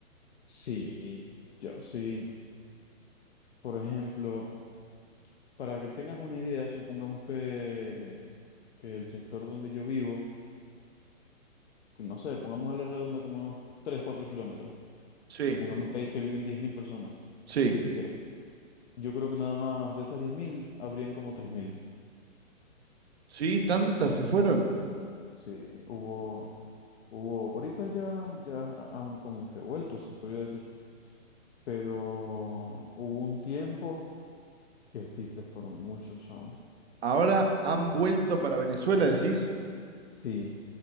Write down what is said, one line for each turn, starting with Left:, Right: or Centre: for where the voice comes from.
Left: Sí, y yo, sí. Por ejemplo, para que tengas una idea, supongamos que, que el sector donde yo vivo, que no sé, pongamos a la redonda como unos 3 4 kilómetros.
Right: Sí,
Left: Supongamos que, hay, que viven 10.000 personas.
Right: sí.
Left: que Yo creo que nada más de esas 10.000 habrían como tres mil
Right: Sí, tantas se fueron.
Left: Sí, hubo, hubo, ahorita ya, ya han como que vuelto, se podría decir, pero hubo un tiempo que sí se fueron muchos, chavo.
Right: Ahora han vuelto para Venezuela, decís.
Left: Sí,